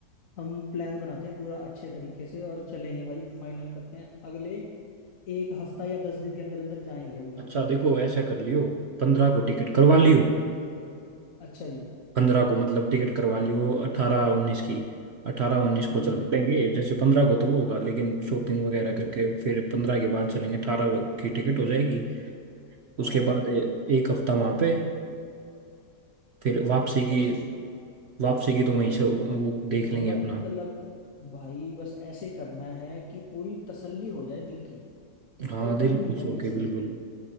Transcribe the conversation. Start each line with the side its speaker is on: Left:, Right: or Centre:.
Left: हम प्लान बनाते हैं पूरा अच्छे तरीके से और चलेंगे भाई फाइनल करते हैं अगले एक हफ्ता या दस दिन के अंदर अंदर जाएंगे हम लोग
Right: अच्छा देखो ऐसा कर लियो पंद्रह को टिकट करवा लियो
Left: अच्छा जी
Right: पंद्रह को मतलब टिकट करवा लियो अठारह उन्नीस की अठारह उन्नीस
Left: हाँ
Right: को चल
Left: जी हाँ
Right: पड़ेंगे
Left: जी
Right: जैसे पंद्रह को तो वो होगा लेकिन शॉपिंग वगैरह करके फिर पंद्रह के बाद चलेंगे अठारह की टिकट हो जाएगी
Left: हाँ
Right: उसके बाद ए- एक हफ्ता वहां पे फिर वापसी की
Left: बस ठीक
Right: वापसी की तो वहीं से वो
Left: ब-
Right: देख
Left: मतलब
Right: लेंगे अपना
Left: भाई बस ऐसे करना है कि पूरी तसल्ली हो जाए दिल की
Right: हाँ
Left: कोई
Right: दिल
Left: कमी नहीं
Right: खुश
Left: रहनी
Right: होके
Left: चाहिए
Right: बिल्कुल